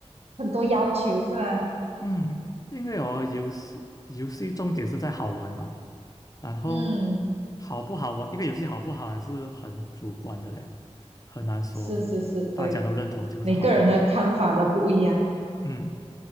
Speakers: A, on the right (about 65°); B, on the left (about 30°).
A: 很多要求是吗？
B: 嗯，因为哦，游戏游戏重点是在好玩嘛，然后
A: 嗯，
B: 好不好玩，一个游戏好不好玩是很主观的嘞，很难说大家都认同这个是好玩的。
A: 是是是，对，每个人的看法都不一样，
B: 嗯，